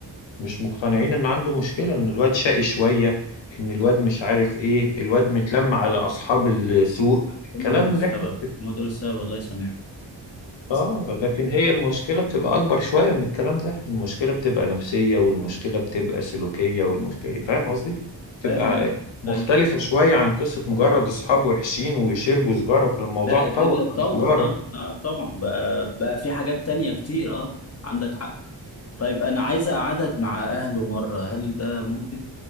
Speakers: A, on the left; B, on the left.
A: مش مقتنعين ان عنده مشكلة ان الواد شقي شوية ان الواد مش عارف ايه الواد متلم على اصحاب السوق الكلام
B: هم دول السبب
A: اللي احنا
B: هم دول السبب الله يسامحهم
A: اه
B: صح.
A: لكن هي المشكلة بتبقى اكبر شوية من الكلام ده المشكلة بتبقى نفسية والمشكلة بتبقى سلوكية والمشكلة فاهم قصدي بتبقى
B: فاهم
A: مختلفة
B: أي.
A: شوية عن قصة مجرد اصحاب وحشين ويشربوا سجارة وكان الموضوع
B: لا
A: اتطور
B: الدنيا اتطور
A: عن سجارة
B: اه اه طبعا بقى بقى في حاجات تانية كتير اه عندك حق طيب انا عايز اقعدك مع اهله مرة هل ده ممكن